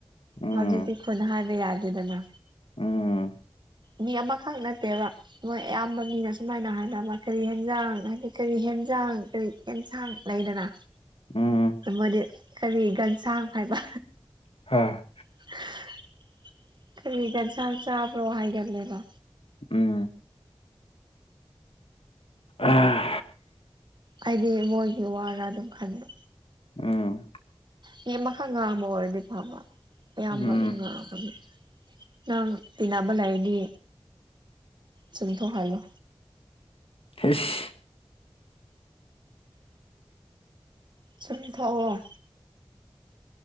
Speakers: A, on the left; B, on the right.
A: ꯎꯝ
B: ꯍꯧꯖꯤꯛꯇꯤ ꯈꯨꯟ ꯍꯥꯏꯕ ꯌꯥꯗꯦꯗꯅ
A: ꯑꯥ
B: ꯃꯤ ꯑꯃꯈꯛ ꯅꯠꯇꯦꯕ ꯃꯣꯏ ꯑꯌꯥꯝꯕ ꯃꯤꯅ ꯁꯨꯃꯥꯏꯅ ꯍꯥꯏꯅꯕ ꯀꯔꯤ ꯍꯦꯟꯖꯥꯡ ꯍꯥꯏꯗꯤ ꯀꯔꯤ ꯍꯦꯟꯖꯥꯡ ꯀꯔꯤ ꯑꯦꯟꯁꯥꯡ ꯂꯩꯗꯅ
A: ꯎꯝ
B: ꯑꯃꯗꯤ ꯀꯔꯤ ꯒꯟꯁꯥꯡ ꯍꯥꯏꯕ
A: ꯍꯥꯥ
B: <inaudible> ꯀꯔꯤ ꯒꯟꯁꯥꯡ ꯆꯥꯕ꯭ꯔꯣ ꯍꯥꯏꯒꯠꯂꯦꯕ
A: ꯎꯝ ꯑꯥ
B: ꯑꯩꯗꯤ ꯃꯣꯏꯒꯤ ꯋꯥꯔꯥ ꯑꯗꯨꯝ ꯈꯟꯕ
A: ꯎꯝ
B: ꯃꯤ ꯑꯃꯈꯛ ꯉꯥꯡꯕ ꯑꯣꯏꯔꯗꯤ ꯐꯕ ꯑꯌꯥꯝꯕ
A: ꯎꯝ
B: ꯑꯗꯨꯝ ꯉꯥꯡꯕꯅꯤ ꯅꯪ ꯇꯤꯟꯅꯕ ꯂꯩꯔꯗꯤ ꯆꯨꯝꯊꯣꯛꯍꯜꯂꯣ
A: ꯍꯤꯁ
B: ꯆꯨꯝ ꯊꯣꯛꯑꯣ